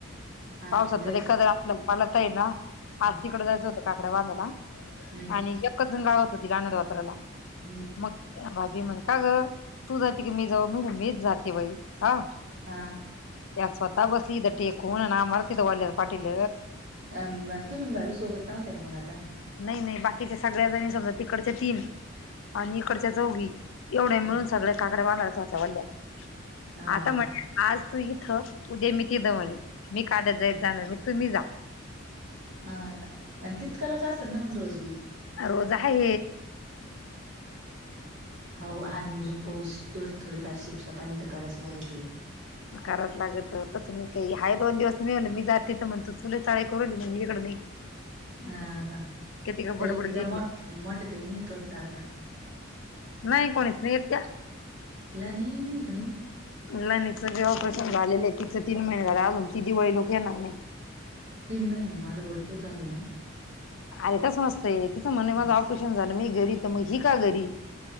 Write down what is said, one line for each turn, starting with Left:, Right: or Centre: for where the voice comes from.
Right: हा
Left: पावसंत
Right: मग तेच
Left: एखाद आलं पाला तर ना
Right: हम्म
Left: आज तिकड जायचं होतं. काकड्या वांधाला
Right: हम्म
Left: आणि एकच गावत होती अनदवात्राला
Right: हम्म.
Left: मग भाभी म्हणे का ग तू जाते की मी जाऊ मी मीच जाते बाई ह
Right: हा
Left: त्या स्वतः बसली तर टेकून आमला तिथं वाढल्या पाटील
Right: अ तुम्ी भाी सोबत नव्हते का मग आता
Left: नाही नाही बाकीच्या सगळ्याजणी समजा इकडच्या तीन आणि इकडच्या चौघी एवढ्या मिळून
Right: हम्म.
Left: सगळे काकड बांधचवच्या वडल्यात
Right: हा
Left: आता
Right: हा
Left: म्हण आज तू उद्या मी तिथ म्हणे मी काद्यात जाय जाणार मी तुम्ही जा.
Right: हा आणि तितकालाच असतल ना मग रोज बी
Left: आ जा हे
Right: हो अ उुजून पहचतो थोडी फारशी पाली तर करायचं लागत
Left: कराात लागत तस नाही काही हाय दोन दिवस मिवल मी जात तथ म्हण तू चुले शाळे करवली म्हण इकड नाही
Right: हा का
Left: किती का
Right: त्याला
Left: बडबड
Right: त्या
Left: गेली
Right: मोठेत नाहीेतो वाता आता
Left: नाही कोणीच नाही येत त्या
Right: ला नाही ये कोणी
Left: लानी सगळे ऑपरेशन झाले तिचे तीन महिने झाले अजून ती दिवाळी लोक येणार नाही
Right: तीन महिन्यां मा आता भरपूर चाले ना
Left: अरे तच नसतंय तिचं म्हण
Right: हम्म.
Left: माझं ऑपेशन झालं मी घरी तर मग ही का घरी